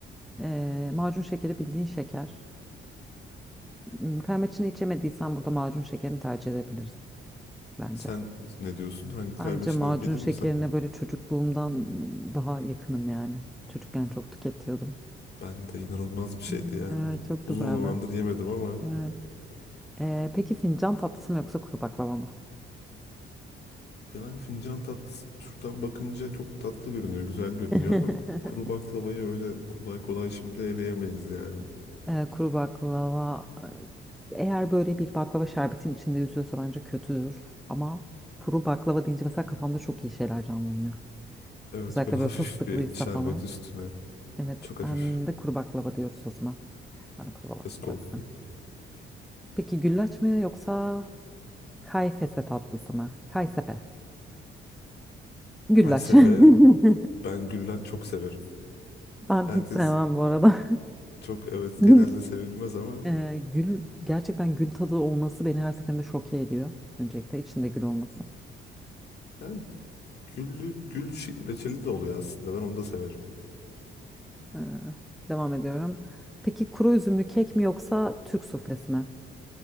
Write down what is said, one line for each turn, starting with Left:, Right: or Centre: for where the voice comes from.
Centre: Ee, macun şekeri bildiğin şeker. Hmm, Kaymaçını içemediysen burada macun şekerini tercih edebilirsin bence.
Left: Sen ne diyorsun? Hangi kay
Centre: Bence macun
Left: yedin
Centre: şekerine
Left: mi sen?
Centre: böyle çocukluğumdan daha yakınım yani. Çocukken çok tüketiyordum.
Left: Ben de inanılmaz bir şeydi
Centre: Hmm,
Left: yani.
Centre: Evet çok
Left: Uzun
Centre: güzeldi.
Left: zamandır yemedim ama
Centre: Evet. Ee, peki fincan tatlısı mı yoksa kuru baklava mı?
Left: yani fincan tat şuradan bakınca çok tatlı görünüyor, güzel görünüyor
Centre: <laughs>
Left: ama kuru baklavayı öyle kolay kolay şimdi eleyemeyiz yani.
Centre: Ee, kuru baklava e, eğer böyle bir baklava şerbetin içinde yüzüyorsa bence kötüdür. Ama kuru baklava deyince mesela kafamda çok iyi şeyler canlanıyor.
Left: Evet
Centre: Özellikle
Left: böyle hafif
Centre: böyle fıstıklıysa
Left: bir şerbet
Centre: falan.
Left: üstüne.
Centre: Evet
Left: Çok hafif.
Centre: ben de kuru baklava diyoruz o zaman. Ben de kuru baklava
Left: Let's go.
Centre: dedim. Peki güllaç mı yoksa kayfese tatlısı mı? Kaysefe. Güllaç.
Left: Kaysefe
Centre: <laughs>
Left: ben güller çok severim.
Centre: Ben
Left: Herkes
Centre: hiç sevmem bu arada.
Left: çok evet
Centre: <laughs>
Left: genelde sevilmez ama
Centre: Ee, gül gerçekten gül tadı olması beni her seferinde şoke ediyor. Öncelikle içinde gül olması.
Left: yani güllü, gül şey- reçeli de oluyor aslında. Ben onu da severim.
Centre: Ee, devam ediyorum. Peki kuru üzümlü kek mi yoksa Türk suflesi mi?